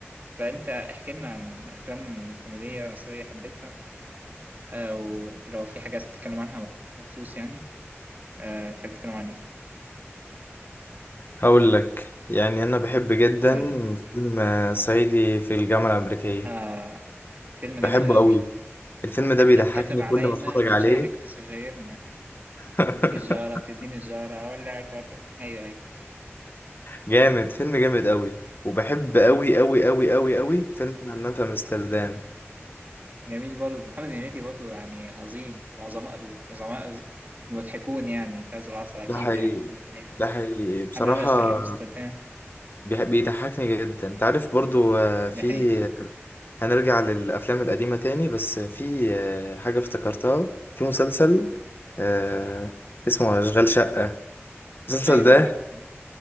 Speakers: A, on the right; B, on the left.
A: فانت احكي لنا عن افلام كوميديه مصريه حبيتها آه ولو في حاجه عايز تتكلم عنها مخصوص يعني آه تحب تتكلم عن ايه
B: هقول لك يعني أنا بحب جدا
A: قول لي
B: فيلم صعيدي في الجامعة الأمريكية
A: آه فيلم جميل
B: بحبه
A: قوي
B: أوي الفيلم ده
A: احنا
B: بيضحكني
A: اتكتب علينا
B: كل ما أتفرج
A: نتشارك
B: عليه
A: في سجايرنا
B: <laughs>
A: اديك الجارة تديني الجارة اولع كت- ايوه ايوه
B: جامد فيلم جامد أوي وبحب أوي أوي أوي أوي
A: أيوة.
B: أوي فيلم همام في أمستردام
A: جميل برضه محمد هنيدي برضه يعني عظيم من عظماء العظماء المضحكون يعني في هذا العصر اكيد
B: ده حقيقي
A: يعني محمد هنيدي
B: ده حقيقي
A: حمام
B: بصراحة
A: أست- امستردام
B: بيح- بيضحكني جدا أنت عارف برضو آه،
A: ده
B: في
A: حقيقة
B: هنرجع للأفلام القديمة تاني بس في آه، حاجة افتكرتها في مسلسل آه، اسمه أشغال شقة المسلسل
A: ايوه
B: ده
A: اعرفها طبعا